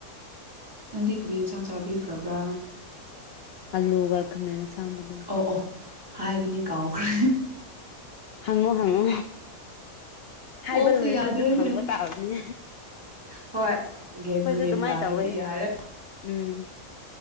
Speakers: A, on the right (about 15°); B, on the left (about 65°).
A: ꯅꯪꯗꯤ ꯀꯔꯤ ꯏꯟꯁꯥꯡ ꯆꯥꯕꯤꯈ꯭ꯔꯕ꯭ꯔꯥ
B: ꯑꯜꯂꯨꯒ ꯈꯥꯃꯦꯟꯅ ꯁꯥꯡꯕꯗꯣ
A: ꯑꯣ ꯑꯣ ꯍꯥꯏꯕꯅꯤ ꯀꯥꯎꯈ꯭ꯔꯦ
B: ꯍꯪꯉꯣ ꯍꯪꯉꯣ ꯍꯥꯏꯕ
A: ꯀꯣꯛꯁꯦ
B: ꯂꯣꯏꯔꯁꯨ
A: ꯌꯥꯗ꯭ꯔꯦꯅꯦ
B: ꯑꯗꯨꯝ ꯍꯪꯕ ꯇꯥꯕꯅꯦ
A: ꯍꯣꯏ ꯒ꯭ꯌꯥꯟꯕꯨ
B: ꯑꯩꯈꯣꯏꯁꯨ
A: ꯒ꯭ꯌꯥꯟ
B: ꯑꯗꯨꯃꯥꯏꯅ
A: ꯇꯥꯔꯗꯤ
B: ꯇꯧꯋꯦ
A: ꯌꯥꯔꯦ
B: ꯎꯝ